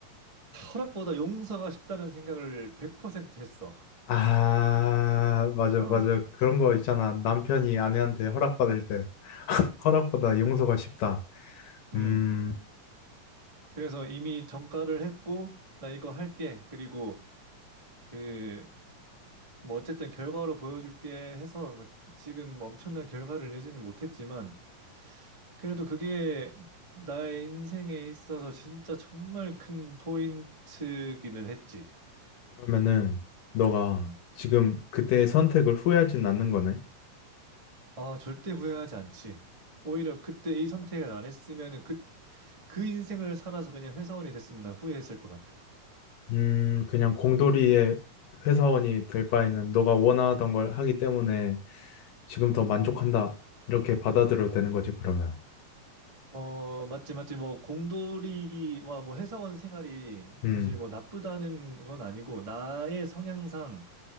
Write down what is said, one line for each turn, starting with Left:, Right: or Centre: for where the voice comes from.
Right: 허락보다 용서가 쉽다는 생각을 100% 했어.
Left: 아, 맞아,
Right: 어.
Left: 맞아. 그런 거 있잖아. 남편이 아내한테 허락받을 때. 허락받아 용서가 쉽다.
Right: 음.
Left: 음,
Right: 그래서 이미 정가를 했고 나 이거 할게 그리고 그 뭐 어쨌든 결과로 보여줄게 해서 뭐 지금 엄청난 결과를 내지는 못했지만 그래도 그게 나의 인생에 있어서 진짜 정말 큰 포인트기는 했지.
Left: 그러면은 너가
Right: 음.
Left: 지금 그때의 선택을 후회하진 않는 거네.
Right: 아 절대 후회하지 않지. 오히려 그때 이 선택을 안 했으면은 그 그 인생을 살아서 그냥 회사원이 됐으면 난 후회했을 것 같아.
Left: 음, 그냥 공돌이의 회사원이 될 바에는 너가 원하던 걸 하기 때문에 지금 더 만족한다. 이렇게 받아들여도 되는 거지, 그러면.
Right: 어, 맞지, 맞지. 뭐, 공돌이와 뭐, 회사원 생활이
Left: 음,
Right: 사실 뭐, 나쁘다는 건 아니고, 나의 성향상,